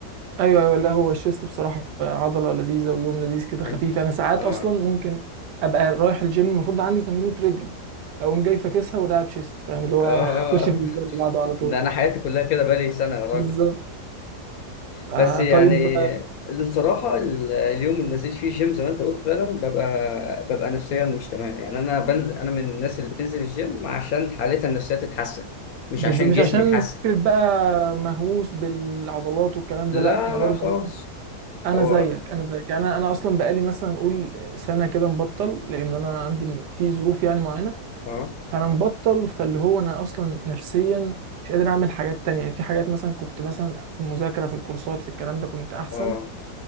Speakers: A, on the right; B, on the left.
A: ايوه ايوه لا هو الشيست بصراحه عضله لذيذه ويوم لذيذ كده
B: يعني
A: خفيف انا ساعات
B: آه. آه.
A: اصلا ممكن ابقى رايح الجيم المفروض عندي تمرينة رجل اقوم جاي فاكسها ولاعب شيست فاهم اللي هو
B: آه.
A: <laughs> اخش
B: آه.
A: في الجيم اللي بعده على طول
B: ده انا حياتي كلها كده بقالي سنه يا راجل
A: بالظبط آه
B: بس يعني
A: طيب
B: الصراحة ال- اليوم اللي ما نزلتش فيه الجيم زي ما انت قلت فعلا ببقى ببقى نفسيا مش تمام يعني انا بنزل انا من الناس اللي بتنزل الجيم عشان حالتها النفسية تتحسن مش
A: بز...
B: عشان
A: مش
B: جسمي
A: عشان
B: يتحسن
A: فكره بقى مهووس بالعضلات والكلام
B: لا
A: ده لا انا
B: لا
A: برضو
B: خالص
A: انا
B: هو
A: زيك انا زيك يعني انا أنا اصلا بقالي مثلا نقول سنه كده مبطل لان انا عندي في ظروف يعني معينه
B: اه
A: فانا مبطل فاللي هو انا اصلا نفسيا مش قادر اعمل حاجات تانية يعني في حاجات مثلا كنت مثلا في المذاكرة في الكورسات في الكلام ده كنت احسن
B: اه